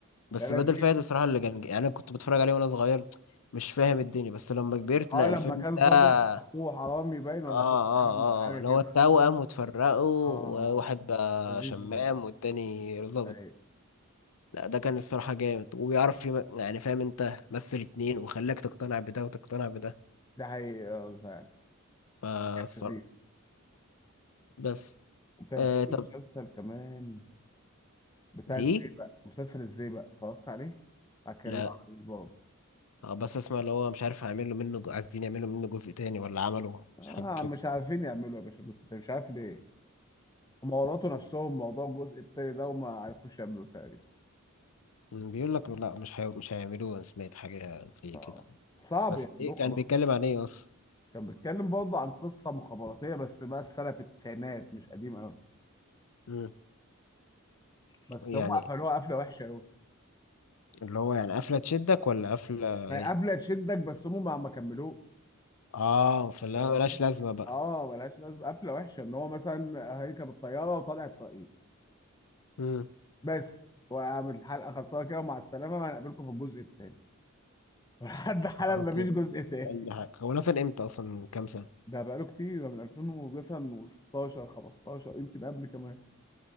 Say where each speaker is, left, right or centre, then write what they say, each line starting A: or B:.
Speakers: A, on the left; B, on the left.
A: بس
B: لا لذيذ
A: بدل فايت الصراحه اللي كان يعني انا كنت بتفرج عليه وانا صغير مش فاهم الدنيا بس لما كبرت
B: اه
A: لا
B: لما
A: الفيلم
B: كان
A: ده
B: ظابط
A: اه
B: اخوه حرامي باين ولا
A: اه
B: اخوه
A: اه
B: سجن
A: آه،
B: ولا حاجه
A: اللي
B: كده
A: هو التوأم وتفرقوا
B: اه
A: وواحد بقى
B: لذيذ
A: شمام
B: برضه
A: والتاني ظابط
B: أيوة.
A: لا ده كان الصراحة جامد وبيعرف يم... يعني فاهم انت مثل اتنين وخلاك تقتنع بده وتقتنع بده
B: ده حقيقي اه ده فعلا
A: فالصراحة
B: لذيذ
A: بس
B: وكان
A: آه
B: في
A: طب
B: مسلسل كمان بتاع
A: دي
B: ازاي بقى مسلسل ازاي بقى اتفرجت عليه على كريم
A: لا
B: عبد العزيز برضه
A: آه، بس اسمع اللي هو مش عارف هيعملوا منه ج- عايزين يعملوا منه جزء تاني ولا عمله
B: اه
A: مش حاجة كده
B: مش عارفين يعملوا إيه يا باشا الجزء التاني مش عارف ليه هم ورطوا نفسهم موضوع الجزء التاني ده وما عرفوش يعملوه تقريبا
A: بيقول لك لا مش هي... مش هيعملوه انا سمعت حاجة زي
B: اه
A: كده
B: صعب
A: بس
B: يعملوه
A: ايه
B: خلاص
A: كان بيتكلم عن ايه اصلا
B: كان بيتكلم برضه عن قصه مخابراتيه بس بقى السنه في التسعينات مش قديم قوي
A: مم.
B: بس
A: يعني
B: هم قفلوها قفله وحشه قوي
A: اللي هو يعني قفلة تشدك ولا قفلة
B: ما
A: ايه
B: هي قفله تشدك بس هم ما ما كملوش
A: اه فلا
B: تمام
A: ملهاش لازمة بقى
B: اه ملهاش لازمه قفله وحشه ان هو مثلا هيركب الطياره وطالع اسرائيل
A: امم
B: بس وعامل الحلقه خلصانه كده ومع السلامه هنقابلكم في الجزء الثاني <laughs> ولحد حالا
A: اه
B: مفيش
A: كده
B: جزء ثاني
A: اي حاجة هو نزل امتى اصلا من كام سنة
B: ده بقاله كتير ده من 2016 15 يمكن قبل كمان